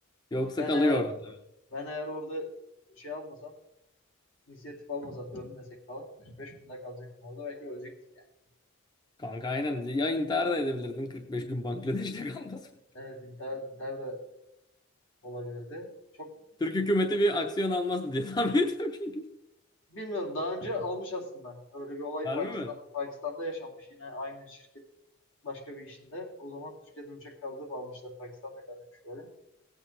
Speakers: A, on the left (about 20°); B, on the left (about 70°).
A: Yoksa
B: Ben
A: kalıyor
B: eğer
A: orada.
B: ben eğer orada şey almasam, inisiyatif almasam, dönmesek falan 45 gün daha kalacaktım orada. Belki ölecektik yani.
A: Kanka aynen. Ya intihar da edebilirdin 45 gün Bangladeş'te <laughs> kalmasın.
B: Evet intihar, intihar da olabilirdi. Çok
A: Türk hükümeti bir aksiyon almazdı diye tahmin <laughs> ediyorum çünkü.
B: Bilmiyorum daha önce almış aslında. Böyle bir olay
A: Harbi
B: Pakistan,
A: mi?
B: Pakistan'da yaşanmış yine aynı şirketin başka bir işinde. O zaman Türkiye'den uçak kaldırıp almışlar. Pakistan'da karışmış böyle.